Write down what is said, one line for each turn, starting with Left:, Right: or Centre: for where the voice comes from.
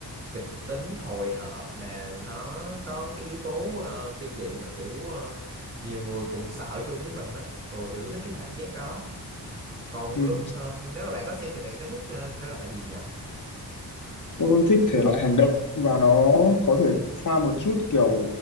Right: kịch tính hồi hộp mà nó có cái yếu tố ờ, kinh dị mà kiểu ờ, nhiều người cùng sợ chung với mình á ừ thì tôi thích cái cảm giác đó còn
Left: ừ.
Right: lúc ờ, nếu mà bạn có xem thì bạn sẽ thích ờ, thể loại gì nhỉ
Left: tôi thích thể loại hành động và nó có thể pha một chút kiểu